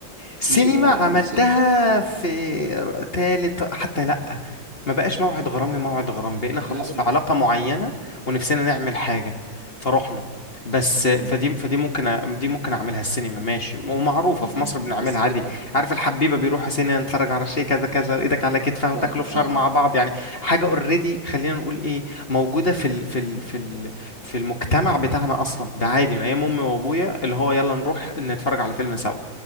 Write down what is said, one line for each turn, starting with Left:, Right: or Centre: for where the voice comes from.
Right: كتير
Left: سينما
Right: آه
Left: عملتها
Right: نسيت
Left: في ر- تالت حتى لأ ما بقاش موعد غرامي موعد غرامي بقينا
Right: يعني
Left: خلاص
Right: هقول
Left: في
Right: لك
Left: علاقة معينة ونفسنا نعمل حاجة فروحنا بس
Right: امم
Left: فدي فدي ممكن أ- دي ممكن اعملها السينما ماشي ومعروفة
Right: امم
Left: في مصر بنعملها
Right: بس خلي
Left: عادي
Right: بالك
Left: عارف الحبيبة بيروحوا سينما نتفرج على شيء كذا كذا
Right: اه
Left: وايدك على كتفها وتاكلوا
Right: اه
Left: فشار
Right: اه
Left: مع بعض يعني حاجة اوريدي خلينا نقول ايه موجودة في ال في ال في ال في المجتمع بتاعنا اصلا ده عادي من ايام امي وابويا اللي هو يلا نروح نتفرج على فيلم سوا